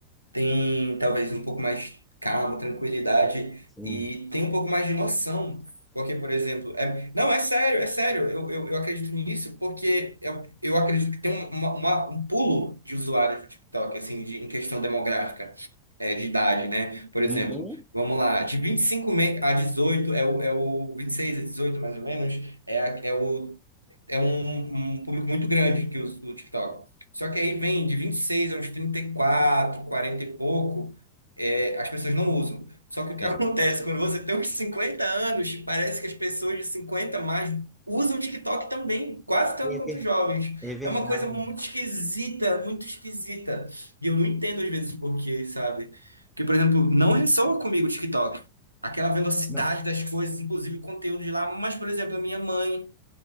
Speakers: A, on the right; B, in the centre.
A: tem talvez um pouco mais de calma, tranquilidade
B: Assim,
A: e tem um pouco mais de noção. Porque, por exemplo, é, não, é sério, é sério, eu, eu, eu acredito nisso porque eu, eu acredito que tem um- uma, uma- um pulo de usuários do TikTok, assim, de, em questão demográfica, é, de idade, né? Por exemplo,
B: uhum.
A: vamos lá, de 25 me- a 18 é o, é o 26 a 18 mais ou menos, é, a- é o é um, um público muito grande que usa o TikTok. Só que aí vem de 26 a uns 34, 40 e pouco, é, as pessoas não usam. Só que o que
B: É,
A: <laughs> acontece,
B: mas acho
A: quando
B: que
A: você tem uns 50 anos, parece que as pessoas de 50 a mais usam o TikTok também, quase tanto
B: é
A: quanto
B: ver-
A: os jovens.
B: é verdade.
A: É uma coisa muito esquisita, muito esquisita. E eu não entendo às vezes por quê, sabe? Porque, por exemplo, não ressoa comigo o TikTok. Aquela velocidade
B: Não.
A: das coisas, inclusive o conteúdo de lá. Mas, por exemplo, a minha mãe